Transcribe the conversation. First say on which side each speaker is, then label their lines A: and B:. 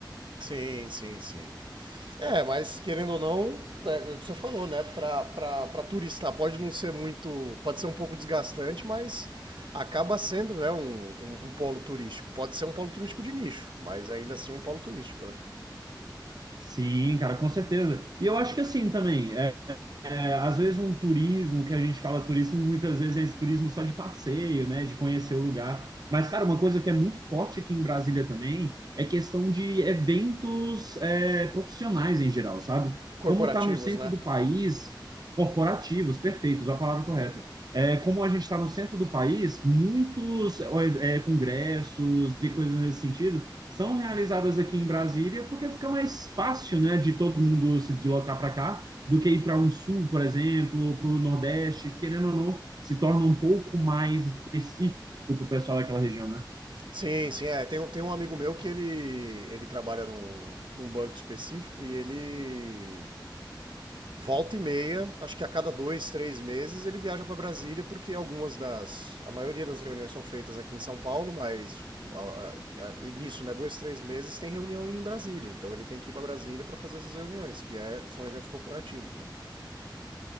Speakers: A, on the right (about 75°); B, on the right (about 55°).
A: Sim, sim, sim. É, mas querendo ou não, é é o que você falou, né? Pra, pra, pra turista pode não ser muito. Pode ser um pouco desgastante, mas acaba sendo, né, um, um, um polo turístico. Pode ser um polo turístico de nicho, mas ainda assim um polo turístico, né?
B: Sim, cara, com certeza. E eu acho que assim também. é, é, às vezes um turismo, que a gente fala turismo, muitas vezes é esse turismo só de passeio, né, de conhecer o lugar. Mas, cara, uma coisa que é muito forte aqui em Brasília também é questão de eventos é, profissionais em geral, sabe?
A: Corporativos,
B: Como está no centro
A: né?
B: do país, corporativos, perfeitos, a palavra correta. É, como a gente está no centro do país, muitos é, é, congressos e coisas nesse sentido são realizadas aqui em Brasília porque fica mais fácil, né, de todo mundo se deslocar para cá do que ir para um sul, por exemplo, para o Nordeste, querendo ou não, se torna um pouco mais específico para o pessoal daquela região, né?
A: Sim, sim, é. Tem, um- tem um amigo meu que ele, ele trabalha num, num banco específico e ele volta e meia, acho que a cada dois, três meses, ele viaja para Brasília, porque algumas das. A maioria das reuniões são feitas aqui em São Paulo, mas a- a- a- nisso, né, dois, três meses tem reunião em Brasília. Então ele tem que ir para Brasília para fazer essas reuniões, que é, são eventos corporativos, né?